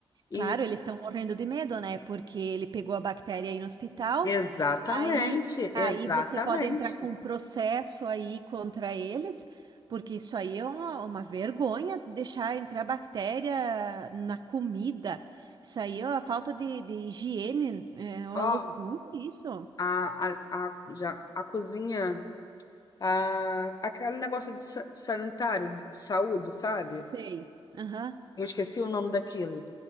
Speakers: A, on the left; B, on the right.
A: E
B: Claro, eles estão morrendo de medo, né? Porque ele pegou a bactéria aí no hospital.
A: exatamente,
B: Aí, aí
A: exatamente.
B: você pode entrar com um processo aí contra eles, porque isso aí é uma, uma vergonha deixar entrar bactéria na comida. Isso aí é uma falta de, de higiene, é uma
A: Ó,
B: loucura isso.
A: a, a, a, já, a cozinha, a, aquele negócio de sa- sanitário, de de saúde, sabe?
B: Sei. Aham.
A: Eu esqueci o nome daquilo.